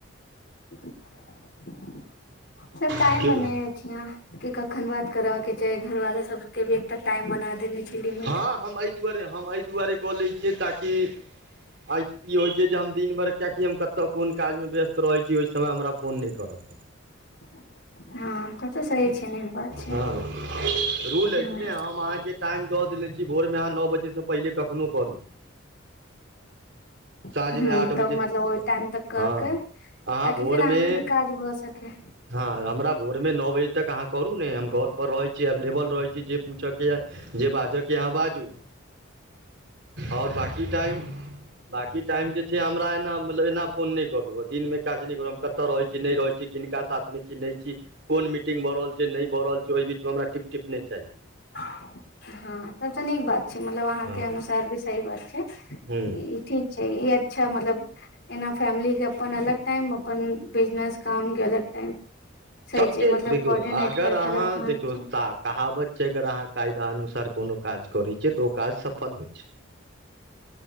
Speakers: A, on the left; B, on the right.
A: <inaudible> सबटा
B: की
A: ऐ मने
B: बुझलियै
A: जाह के कखन बात करबाके चाही, घरवालो सब के भी एकटा टाइम बना देने छी लिमिट
B: हँ हम ऐ दुआरे, हम ऐ दुआरे क लै छियै ताकि आइ की होइ छै जे हम दिन भैर किएकि हम कत कोन काजमे व्यस्त रहै छी। ओइ समय हमरा फोन नै करत।
A: <inaudible> हँ कते सही छै, नीक बात छै।
B: हँ रूल
A: ह
B: अछि ने हम अहाँके टाइम दऽ देने छी भोर मे आहाँ नौ बजे स पहिले कखनो करू। साँझमे
A: हूं
B: आठ
A: तब
B: बजे
A: मतलब ओय टाइम तक क
B: हँ
A: के ताकि
B: अहाँ भोरमे
A: फेर आहाँ के भी काज भए सके।
B: हँ हमरा भोर में नौ बजे तक आहाँ करू ने हम घर पर रहै छि अबलेबल रहै छीयै जे पूछके या जे बाजके अहाॅं बाजू। और बाकी टाइम बाकी टाइम जे छै हमरा एना मतलब एना फोन नैय करू आ दिनमे काज नैय करू हम कतऽ रहै छी नैय रहै छी किनका साथ मे छी नैय छी कोन मीटिंग भऽ रहल छैय नैय भऽ रहल छै ओय बीच मे हमरा टिप- टिप नैय चाही।
A: हँ तब त नीक बात छै मतलब आहाँ
B: हँ
A: के अनुसार भी सही बात छैय।
B: हूँ
A: इ ठीक छै इ अच्छा मतलब एना फैमिली के अपन अलग टाइम अपन बिजनेस काम के अलग टाइम। सही
B: सब
A: छै
B: के
A: मतलब
B: देखियो
A: कोर्डिनेट
B: अगर
A: कर
B: आहाँ
A: के रखना
B: देखियौ
A: छै
B: ताक कहावत छै अगर आहाँ कायदा अनुसार कोनो काज करै छियै तऽ ओ काज सफल होय छैय।